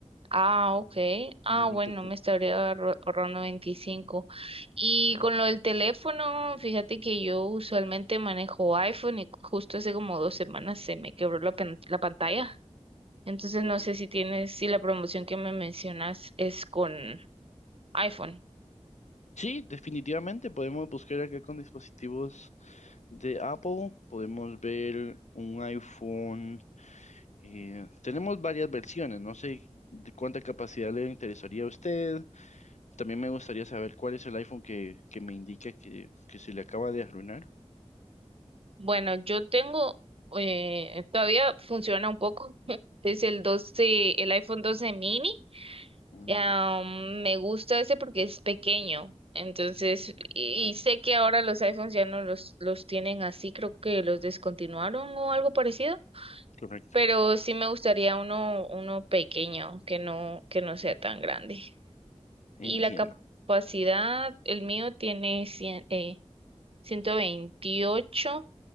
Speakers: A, on the right (about 55°); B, on the left (about 85°).
A: Ah, ok. Ah,
B: solamente
A: bueno,
B: el plan.
A: me estaría ahorro- ahorrando 25. Y
B: Ujú,
A: con lo del teléfono, fíjate que yo usualmente manejo iPhone y justo hace como dos semanas se me quebró la, pan- la pantalla. Entonces
B: ujú.
A: no sé si tienes, si la promoción que me mencionas es con iPhone.
B: Sí, definitivamente podemos buscar acá con dispositivos De Apple podemos ver un iPhone. eh, tenemos varias versiones. No sé de cuánta capacidad le interesaría a usted. También me gustaría saber cuál es el iPhone que, que me indica que, que se le acaba de arruinar.
A: Bueno, yo tengo, eh, todavía funciona un poco. <laughs> Es el doce el iPhone doce mini.
B: Mm,
A: Ah,
B: ya,
A: me gusta ese porque es pequeño. Entonces, y, y sé que ahora los iPhones ya no los, los tienen así, creo que los descontinuaron o algo parecido.
B: correcto.
A: Pero sí me gustaría uno, uno pequeño, que no, que no sea tan grande. Y
B: Entiendo.
A: la capacidad, el mío tiene cien eh, ciento veintiocho